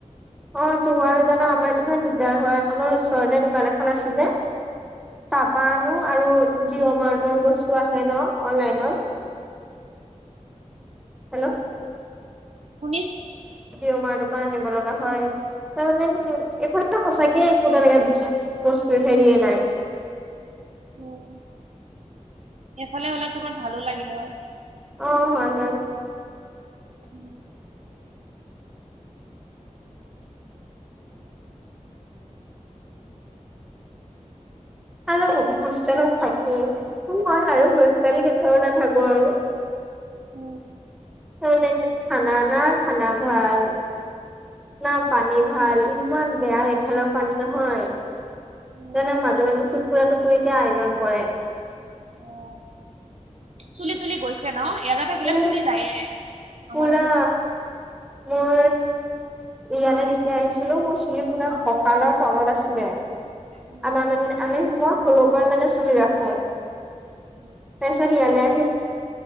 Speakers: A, in the centre; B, on the right.
A: অ তো আৰু জানা, আমাৰ ইমান দিগদাৰ হয়। আমাৰ ওচৰতে দোকান এখন আছে যে তাৰ পৰা আনো আৰু জিঅ' মাৰ্টৰ বস্তু আহে ন অনলাইনত। হেল্ল'।
B: শুনিছো
A: <inaudible> মাহটোৰ পৰা আনিব লগা হয়। উ এফালত সঁচা কিয় একোতা লা ত হেৰিয়ে নাই।
B: উম', এইফালে হলে তোমাৰ ভালো লাগিল হয়।
A: অ', হয় বাৰু।
B: উম,
A: আৰু হোষ্টেলত থাকিই আৰু হোষ্টেল কেতিয়াও নাথাকো আৰু।
B: উম'।
A: ম খানা না খানা ভাল। না
B: উম,
A: পানী ভাল, ইমান বেয়া। খোৱাৰ পানীটো ভাল?
B: উম,
A: জান মাজে মাজে টুপুৰা টোপুৰি কে আইৰন পৰে।
B: উম। চুলি তুলি গৈছে ন? এইয়াতে থাকিলে
A: ই
B: চুলি যায়ে।
A: পুৰা
B: আমাৰো গৈছে।
A: মোৰ ইয়ালৈ যেতিয়া আহিছিলো মোৰ চুলি পুৰা ককালৰ তলত আছিলে।
B: উম
A: আমাৰ মানে আমি সোমোৱা - সৰুৰ পৰাই মানে চুলি ৰাখো। তাৰপাছত
B: উম
A: ইয়ালে,